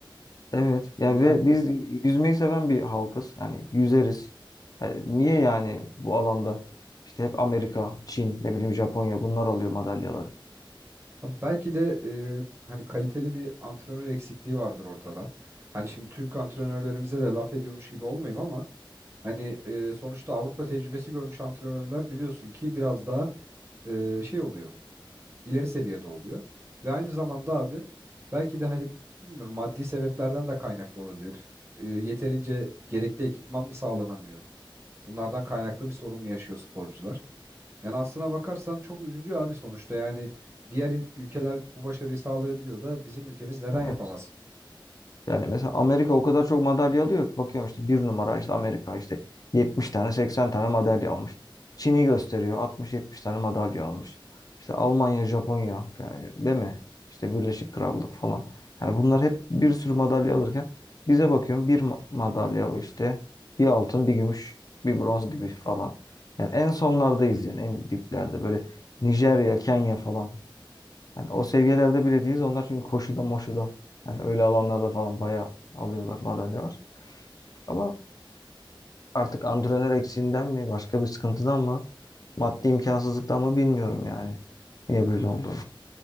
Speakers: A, on the left; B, on the right.
A: evet. Ya
B: Yani
A: ve biz
B: Hı.
A: yüzmeyi seven bir halkız. Yani yüzeriz. Ha, Niye yani bu alanda işte hep Amerika, Çin, ne bileyim Japonya bunlar alıyor madalyaları?
B: belki de e, hani kaliteli bir antrenör eksikliği vardır ortada. Hani şimdi Türk antrenörlerimize de laf ediyormuş gibi olmayayım ama hani e, sonuçta Avrupa tecrübesi görmüş antrenörler biliyorsun ki biraz daha e, şey oluyor. ileri seviyede oluyor. Ve aynı zamanda abi belki de hani bilmiyorum maddi sebeplerden de kaynaklı olabilir. E, yeterince gerekli ekipman mı sağlanamıyor? Bunlardan kaynaklı bir sorun mu yaşıyor sporcular? Yani aslına bakarsan çok üzücü abi sonuçta. Yani diğer il- ülkeler bu başarıyı sağlayabiliyor da bizim ülkemiz neden
A: Evet.
B: yapamasın?
A: Yani mesela Amerika o kadar çok madalya alıyor ki bakıyorum işte bir numara işte Amerika işte 70 tane 80 tane madalya almış. Çin'i gösteriyor 60-70 tane madalya almış. İşte Almanya, Japonya yani değil mi? İşte Birleşik Krallık falan. Yani bunlar hep bir sürü madalya alırken bize bakıyorum bir ma- madalya işte bir altın bir gümüş bir bronz gibi falan. Yani en sonlardayız yani en diplerde böyle Nijerya, Kenya falan. Yani o seviyelerde bile değiliz. Onlar çünkü koşuda moşuda yani öyle alanlarda falan bayağı alıyorlar madalyalar. Ama artık antrenör eksiğinden mi başka bir sıkıntıdan mı maddi imkansızlıktan mı bilmiyorum yani. Niye böyle olduğunu.